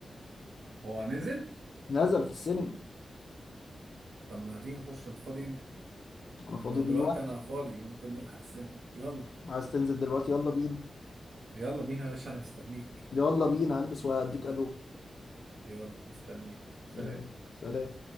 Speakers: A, on the right; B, on the left.
A: هو نزل
B: نزل في السينما
A: طب ما هتيجي نخش انت فاضي امتى
B: انا فاضي
A: لو
B: دلوقتي
A: دلوقتي انا فاضي ممكن نلحق السينما يلا
B: عايز تنزل دلوقتي يلا بينا
A: يلا بينا يا باشا انا مستنيك
B: يلا بينا هلبس واديك الو
A: يلا مستنيك سلام
B: يلا سلام